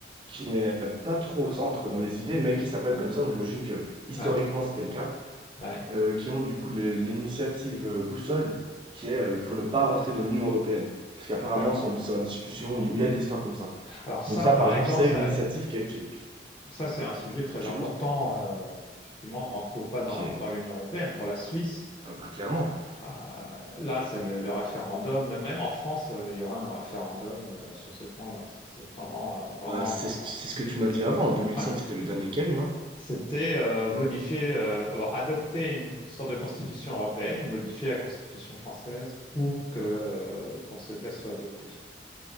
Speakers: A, on the right; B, on the left.
A: qui n'est pas trop au centre dans les idées, mais qui s'appelle
B: Ouais,
A: comme ça, donc j'imagine que historiquement,
B: ouais,
A: c'était le cas,
B: ouais,
A: heu, qui ont du coup le l'initiative, heu, Boussole, qui est, heu, pour ne pas rentrer dans l'Union européenne. Parce qu'apparemment,
B: d'accord.
A: c'est en c'est en discussion, où il y a des histoires comme ça.
B: Alors ça,
A: Donc ça,
B: par
A: par exemple,
B: exemple,
A: c'est
B: ça.
A: une initiative qui est qui est
B: Ça, c'est un sujet très
A: je
B: important,
A: t'écoute?
B: euh, effectivement, de rentrer ou pas dans,
A: Qui est
B: dans l'Union européenne. Pour la Suisse,
A: ah bah, clairement.
B: euh, là, c'est le, le référendum. Même en France, euh, il y aura un référendum euh, sur ce point-là. Ça, c'est vraiment, euh, vraiment
A: Bah,
B: important.
A: c'est ce c'est ce que tu m'as dit avant. En 2005,
B: Ouais.
A: c'était le dernier qu'il y a eu, non?
B: C'était euh, modifier, euh, avoir adopter une sorte de constitution européenne et modifier la constitution française pour que, euh, pour ce texte soit adopté.